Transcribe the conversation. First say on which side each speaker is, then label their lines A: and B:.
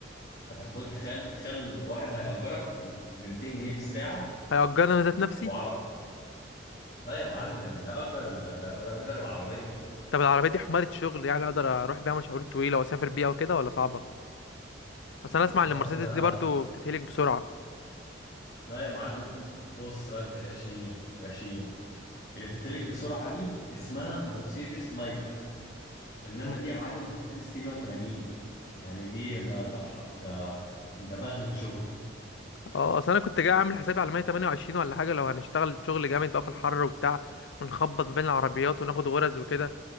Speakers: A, on the left; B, on the left.
A: هتاخد تخيل تخيل واحد هيأجرك ب 200 جنيه في الساعة
B: هيأجرني انا ذات نفسي
A: وعر... لا يا معلم هيأجر ال... هيأجر العربية
B: طب العربية دي حمارة شغل يعني اقدر اروح بيها مشاوير طويلة واسافر بيها وكده ولا صعبة بس انا اسمع
A: يا
B: ان المرسيدس
A: عم ده
B: دي برضو بتتهلك بسرعة
A: لا يا معلم بص بقى انت غشيم غشيم اللي بتتهلك بسرعة دي اسمها مرسيدس مايباخ انما
B: م-
A: دي يا معلم مرسيدس 180 يعني دي ده ده ح- ده ده بغلة شغل
B: اه اصل انا كنت جاي اعمل حسابي على 128 ولا حاجة لو هنشتغل شغل جامد بقى في الحر وبتاع ونخبط ما بين العربيات وناخد غرز وكده